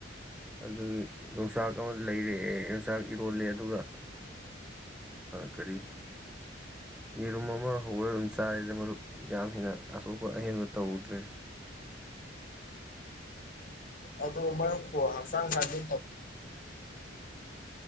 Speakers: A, in the centre; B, on the left (about 45°).
A: ꯑꯗꯨꯒꯤ ꯌꯣꯡꯆꯥꯛ ꯑꯃ ꯂꯩꯔꯦ ꯌꯣꯡꯆꯥꯛ ꯏꯔꯣꯜꯂꯦ ꯑꯗꯨꯒ ꯀꯔꯤ ꯌꯦꯔꯨꯝ ꯑꯃ ꯍꯧꯔꯒ ꯑꯗꯨꯝ ꯆꯥꯔꯤꯗ ꯃꯔꯨꯞ ꯌꯥꯝ ꯍꯦꯟꯅ ꯑꯁꯣꯛꯞꯄ ꯑꯍꯦꯟꯕ ꯇꯧꯗ꯭ꯔꯦ
B: ꯑꯗꯨꯣ ꯃ ꯍꯁꯥꯡ ꯈꯗ